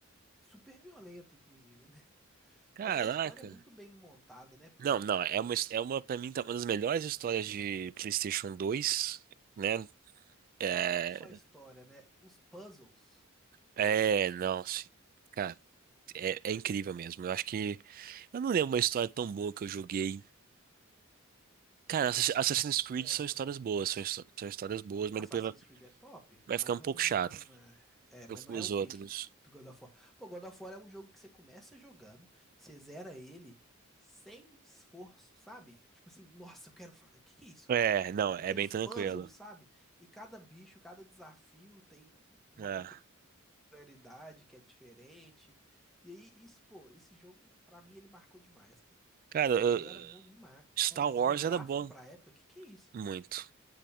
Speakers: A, in the centre; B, on the right.
A: super violento, inclusive, né? <laughs>
B: Caraca.
A: Mas a história é muito bem montada, né, pô?
B: Não, não, é uma, his- é uma, pra mim, tá uma das melhores histórias de PlayStation dois, né? É,
A: E não só a história, né? Os puzzles,
B: é, não, sim. Cara, é, é incrível mesmo. Eu acho que. Eu não lembro uma história tão boa que eu joguei. Cara,
A: não
B: Assass- Assassin's Creed
A: lembro
B: são histórias
A: também.
B: boas, são, histó- são histórias boas, mas
A: Assassin's
B: depois vai,
A: Creed é top,
B: vai
A: mas
B: ficar um
A: não,
B: pouco
A: não
B: chato.
A: é, é, mas
B: Eu fui
A: não é
B: os
A: o pique
B: outros.
A: do God of War. Pô, God of War é um jogo que você começa jogando, você zera ele sem esforço, sabe? Tipo assim, nossa, eu quero fazer, o que que é isso?
B: É,
A: Ah,
B: não, é
A: E tem
B: bem
A: os
B: tranquilo.
A: puzzles, sabe? E cada bicho, cada desafio tem uma
B: É.
A: peculiaridade que é diferente. E aí, isso, pô, esse jogo, pra mim, ele marcou demais, pô.
B: Cara, eu-
A: Ele era bom demais.
B: Star Wars
A: E o gráfico
B: era bom,
A: pra época, que que é isso,
B: muito.
A: pô?